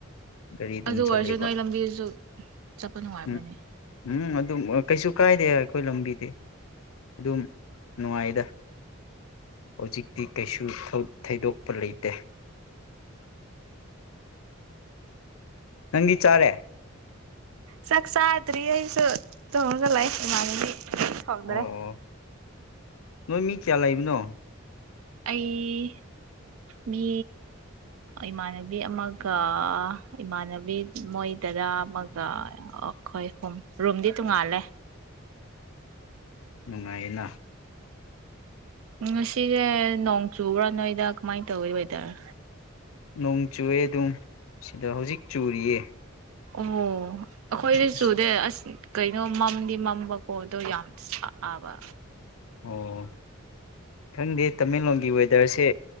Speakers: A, on the left; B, on the right.
A: ꯒꯥꯔꯤ ꯑꯗꯨꯝ
B: ꯑꯗꯨ ꯑꯣꯏꯔꯁꯨ
A: ꯆꯠꯂꯦꯕ
B: ꯅꯣꯏ ꯂꯝꯕꯤꯗꯨꯁꯨ ꯆꯠꯄ ꯅꯨꯡꯉꯥꯏꯕꯅꯦ
A: ꯎꯝ ꯎꯝ ꯑꯗꯨꯝ ꯀꯩꯁꯨ ꯀꯥꯏꯗꯦ ꯑꯩꯈꯣꯏ ꯂꯝꯕꯤꯗꯤ ꯑꯗꯨꯝ ꯅꯨꯡꯉꯥꯏꯗ ꯍꯧꯖꯤꯛ ꯇꯤ ꯀꯩꯁꯨ ꯊꯩꯗꯣꯛꯄ ꯂꯩꯇꯦ ꯅꯪꯒꯤ ꯆꯥꯔꯦ
B: ꯆꯥꯛ ꯆꯥꯗꯔꯤ ꯑꯩꯁꯨ ꯇꯣꯡꯉꯒ ꯂꯩ ꯏꯃꯥꯟꯅꯕꯤ ꯊꯣꯡꯗ꯭ꯔꯦ
A: ꯑꯣ ꯑꯣ ꯅꯣꯏ ꯃꯤ ꯀꯌꯥ ꯂꯩꯕꯅꯣ
B: ꯑꯩ ꯃꯤ ꯏꯃꯥꯟꯅꯕꯤ ꯑꯃꯒ ꯏꯃꯥꯟꯅꯕꯤ ꯃꯣꯏ ꯗꯥꯗꯥ ꯑꯃꯒ ꯑꯩꯈꯣꯏ ꯑꯍꯨꯝ ꯔꯨꯝꯗꯤ ꯇꯣꯡꯉꯥꯜꯂꯦ
A: ꯅꯨꯡꯉꯥꯏꯅ
B: ꯎꯝ ꯉꯁꯤꯁꯦ ꯅꯣꯡ ꯆꯨꯕꯔ ꯅꯣꯏꯗ ꯀꯃꯥꯥꯏ ꯇꯧꯏ ꯋ‌ꯦꯗꯔ
A: ꯅꯣꯡ ꯆꯨꯑꯦ ꯑꯗꯨꯝ ꯁꯤꯗ ꯍꯧꯖꯤꯛ ꯆꯨꯔꯤꯌꯦ
B: ꯑꯣ ꯑꯩꯈꯣꯏꯗꯤ
A: ꯑꯁ
B: ꯆꯨꯗꯦ ꯑꯁ ꯀꯩꯅꯣ ꯃꯝꯗꯤ ꯃꯝꯕꯀꯣ ꯑꯗ‌ꯣ ꯌꯥꯝ ꯁꯥꯕ
A: ꯑꯣ ꯈꯪꯗꯦ ꯇꯃꯦꯡꯂꯣꯡꯒꯤ ꯋꯦꯗꯔꯁꯦ